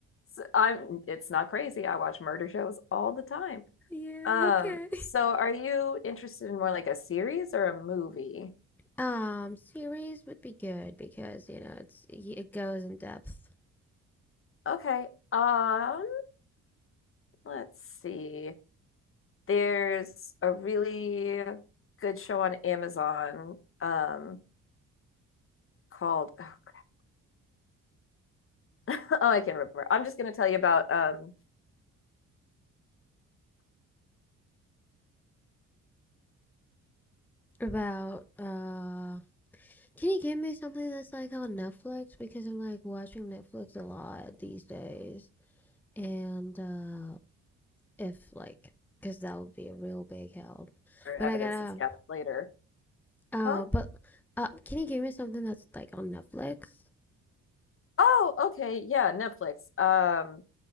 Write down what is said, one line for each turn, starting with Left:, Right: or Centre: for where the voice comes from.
Left: so I'm, it's not crazy. I watch murder shows all the time.
Centre: Yeah,
Left: Um,
Centre: okay.
Left: so are you interested in more like a series or a movie?
Centre: Um, series would be good because you know it's it goes in depth
Left: Okay. Um, let's see. There's a really good show on Amazon, um, called, oh, crap. <laughs> Oh, I can't remember. I'm just gonna tell you about, um,
Centre: about uh can you give me something that's like on Netflix because I'm like watching Netflix a lot these days and uh if like because that would be a real big help
Left: or evidence
Centre: but I gotta
Left: that's gathered later.
Centre: uh
Left: Huh?
Centre: but uh can you give me something that's like on Netflix?
Left: Oh, okay. Yeah, Netflix. Um,